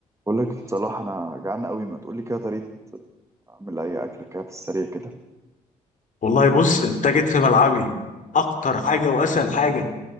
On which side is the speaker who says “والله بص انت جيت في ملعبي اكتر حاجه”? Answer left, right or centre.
Left